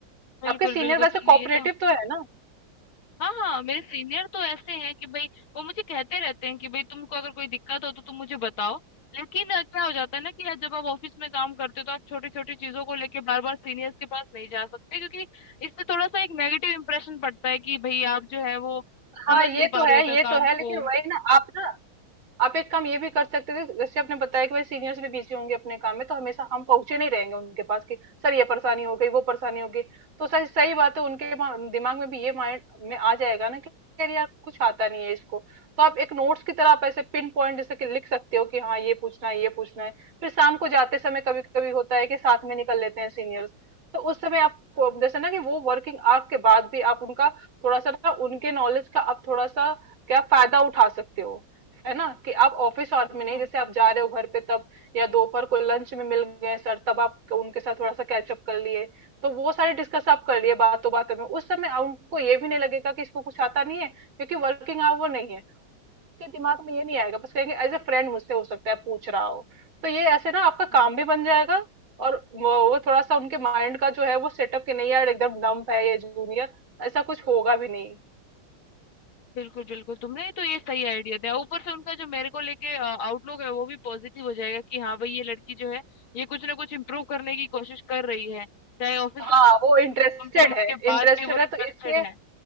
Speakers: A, on the left; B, on the right.
A: बिल्कुल
B: आपके सीनियर
A: बिल्कुल
B: वैसे
A: तुमने
B: कोऑपरेटिव
A: ये तो
B: तो है ना
A: हाँ हाँ मेरे सीनियर तो ऐसे हैं कि भाई वो मुझे कहते रहते हैं कि भाई तुमको अगर कोई दिक्कत हो तो तुम मुझे बताओ लेकिन अ, क्या हो जाता है ना कि यार जब आप ऑफिस में काम करते हो तो आप छोटी छोटी चीजों को लेके बार बार सीनियर्स के पास नहीं जा सकते क्योंकि इससे थोड़ा सा एक नेगेटिव इम्प्रेशन पड़ता है कि भाई आप जो है वो
B: हाँ
A: समझ
B: ये
A: नहीं
B: तो
A: पा रहे
B: है
A: हो
B: ये
A: क्या काम
B: तो है
A: को
B: लेकिन वही ना आप ना आप एक काम ये भी कर सकते थे जैसे आपने बताया कि भाई सीनियर्स भी बिजी होंगे अपने काम में तो हमेशा हम पहुंचे नहीं रहेंगे उनके पास कि सर ये परेशानी हो गई वो परेशानी हो गई तो सर सही बात है उनके मा- दिमाग में भी ये माइंड में आ जाएगा ना कि यार यार कुछ आता नहीं है इसको तो आप एक नोट्स की तरह आप ऐसे पिन पॉइंट जैसे कि लिख सकते हो कि हाँ ये पूछना है ये पूछना है फिर शाम को जाते समय कभी कभी होता है कि साथ में निकल लेते हैं सीनियर्स तो उस समय आप को- जैसे ना कि वो वर्किंग आवर के बाद भी आप उनका थोड़ा सा ना उनके नॉलेज का आप थोड़ा सा क्या फायदा उठा सकते हो है ना कि आप ऑफिस आवर में
A: हाँ
B: नहीं
A: हाँ
B: जैसे आप जा रहे हो घर पे तब या दोपहर को लंच में मिल गए सर तब आप उनके साथ थोड़ा सा कैचअप कर लिए तो वो सारे डिस्कस आप कर लिए बातों बातों में उस समय उनको ये भी नहीं लगेगा कि इसको कुछ आता नहीं है क्योंकि वर्किंग आवर नहीं है उनके दिमाग में ये नहीं आएगा बस कहेंगे एज ए फ्रेंड मुझसे हो सकता है पूछ रहा हो तो ये ऐसे ना आपका
A: हाँ।
B: काम भी बन जाएगा और वो वो थोड़ा सा उनके माइंड का जो है वो सेटअप कि नहीं यार एकदम डम्प है ये जूनियर ऐसा कुछ होगा भी नहीं
A: बिल्कुल बिल्कुल तुमने तो ये सही आइडिया दिया ऊपर से उनका जो मेरे को लेके आउटलुक है वो भी पॉजिटिव हो जाएगा कि हाँ भाई ये लड़की जो है ये कुछ ना कुछ इम्प्रूव करने की कोशिश कर रही है चाहे ऑफिस
B: हाँ वो इंटरेस्टेड
A: कम से कम उसके
B: है
A: बाद
B: इंटरेस्टेड
A: भी वो
B: है
A: इंटरेस्टेड
B: तो इसके
A: है